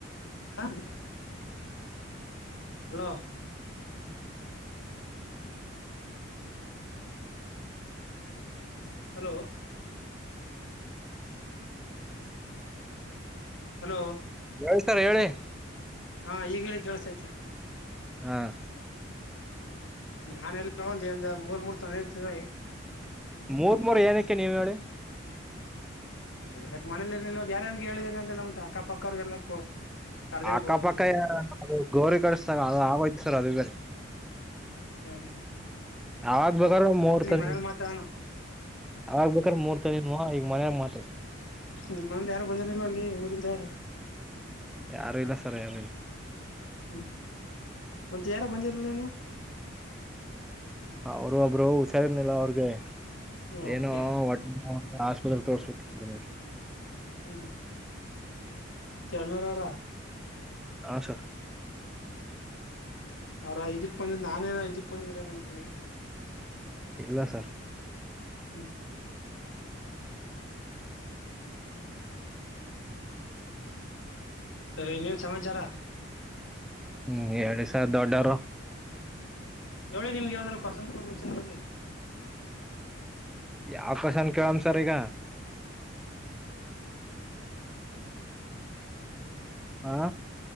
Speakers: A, on the left; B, in the centre.
A: ಹ ಹಲೋ. ಹಲೋ. ಹಲೋ.
B: ಕೇಳಸ್ತಾ ಹೇಳಿ.
A: ಹಾ ಈಗ ಹೇಳ ಕೆಳ್ಸತಾ ಐತೆ.
B: ಹಾ.
A: ನಾನೆಲ್ಲ ಒಂದ ಎಂದ ಮೂರ್ ಮೂರ್ ತಂದ ಇತೀ
B: ಮೂರ ಮೂರ ಏನಕ್ಕೆ ನೀವ್ ಹೇಳಿ.
A: ದ ಮನೇಲಿ ಇರ್ ನಿಲ್ದ ಯಾರ ಯಾರ ಹೇಳಿದ್ರರಿ ಅಂತೆ ಎಲ್ಲ ಅಕ್ಕಪಕ್ಕ ಅವ್ರಿಗೆಲ್ಲ ಕರ್ದಿರ್ಬೋದು
B: ಅಕ್ಕಪಕ್ಕ
A: ಅಂತ ಹೇಳ.
B: ಗೋರಿ ಕಡಸ್ದಾಗ ಅದ ಆಗೋಯ್ತು ಸರ್ ಅದು ಬ
A: ಹಾ
B: ಅಗ್ ಬೇಕಾರ ಮೂರ್ತದ
A: ಮನೇಲಿ ಮಾತಾನು
B: ಅವಾಗ್ ಬೇಕರ ಮೂರ್ತದಿ ಹ ಈಗ ಮನ್ಯಾಗ ಮಾತ್
A: ನಿಮ್ ಮಂದಿ ಯಾರ ಬಂದಿಲ್ಲ ಇಲ ಅಲ್ಲಿ ಊರಿಂದ
B: ಯಾರು ಇಲ್ಲ ಸರ್ ಯಾರು ಇಲ್ಲ.
A: ಹ್ಮ ಮತ್ತ ಯಾರ ಬಂದಿರಲೇನು.
B: ಅವರ ಒಬ್ರು ಹುಷಾರರ್ನಿಲ್ಲ ಅವ್ರಿಗೆ
A: ಹ್ಮ ಅದಕ್ಕೆ
B: ಏನು ಹೋ ಆಸ್ಪತ್ರೆ ತೋರ್ಸ್ಬಿಟ್ಟತಿತ್ತು ಬನರ್
A: ಹ್ಮ ಹ್ಮ ಚನೂರರ
B: ಹಾ ಸರ್.
A: ಅವ್ರ ಇದಕ್ ಬಂದಿದ ನಾನೇನ ಇದಿಕ್ ಬಂದಿದ್ರೇನ ಅನ್ಕೊಂಡಿ.
B: ಇಲ್ಲ ಸರ್.
A: ಹ್ಮ. ಸರಿ ನೀನ್ ಸಮಾಚಾರ.
B: ಹ್ಮ ಹೇಳಿ ಸರ್ ದೊಡ್ಡರ.
A: ನೋ ನಿಮ್ಗೆ ಯಾವ್ದಾರ <unintelligible> ತುಗೊಳಿ.
B: ಯಾವ ಕಸನ್ ಕ ಆನ್ಸರ್ ಈಗ. ಹಾ